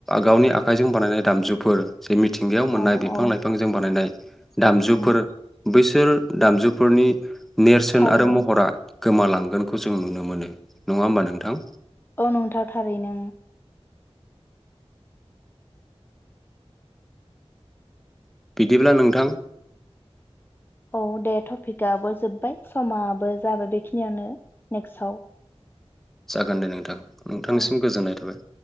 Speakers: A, in the centre; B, on the left (about 20°).
A: गावनि आखाइजों बानायनाय दामजुफोर जे मि थिंगायाव मोननाय
B: औ
A: बिफां
B: औ
A: लाइफांजों बानायनाय दामजुफोर
B: उम
A: बैसो बिसोर दामजुफोरनि नेरसोन
B: थारैनो
A: आरो महरा गोमालांगोनखौ जों नुनो मोनो नङा होम्बा नोंथां
B: औ नंथाव थारैनो
A: बिदिब्ला नोंथां
B: औ दे टपिकाबबो जोब्बाय समाबो जाबाय बेखिनियानो नेक्स्टआव
A: जागोन दे नोंथां नोंथांनिसिम
B: औ
A: गोजोननाय थाबाय